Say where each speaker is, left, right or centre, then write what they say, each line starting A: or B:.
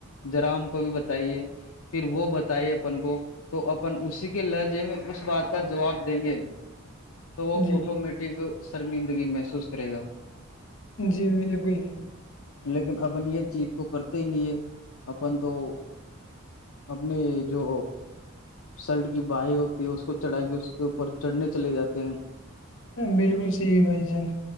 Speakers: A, on the left; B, on the left.
A: جرا ہم کو بھی بتائیے پھر وہ بتائے اپن کو تو اپن اسی کے لہجے میں اس بات کا جواب دیں گے تو وہ
B: جی
A: آٹومیٹک شرمندگی محسوس کرے گا
B: جی بالکل
A: لیکن اپن یہ چیز تو کرتے ہی نہیں ہے اپن تو اپنے جو سلٹ کی باہیں ہوتی ہے اس کو چڑھا کے اس کے اوپر چڑھنے چلے جاتے ہیں
B: بالکل صحیح بھائی جان